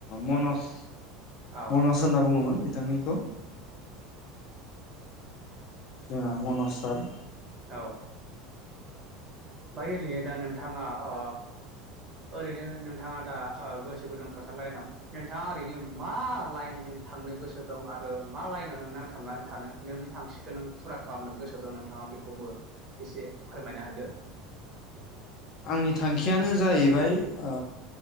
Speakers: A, on the left; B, on the right.
A: मनज
B: औ औ
A: मनज होनना बुङोमोन बिथांनिखौ जोंहा मनज सार
B: औ बाय ओरैनो दा नोंथाङा ओ ओरैनो नोंथाङा दा ओ गोसो गुदुं खोथार लाइनाव नोंथाङा ओरैनो मा लाइनजों थांनो गोसो दं आरो मा लाइनाव नोंं थांनानै थानो नोंनि थांखिखौ नों फुरा खालामनो गोसो दं नोंथाङा बेखौबो एसे फोरमायना होदो।
A: आंनि थांखियानो जाहैबाय ओ